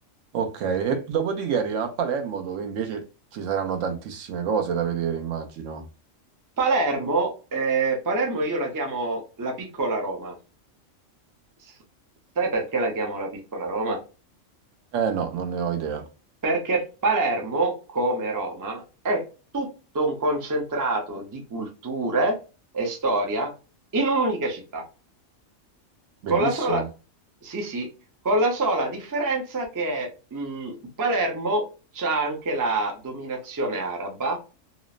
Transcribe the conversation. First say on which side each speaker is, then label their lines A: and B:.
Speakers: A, on the right; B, on the right.
A: Ok, e dopodiché arriviamo a Palermo dove invece ci saranno tantissime cose da vedere, immagino.
B: Palermo, eh, Palermo io la chiamo la piccola Roma. S- Sai perché la chiamo la piccola Roma?
A: Eh no, non ne ho idea.
B: Perché Palermo, come Roma, è tutto un concentrato di culture e storia in un'unica città,
A: Bellissimo.
B: con la sola, sì, sì, con la sola differenza che mh, Palermo c'ha anche la dominazione araba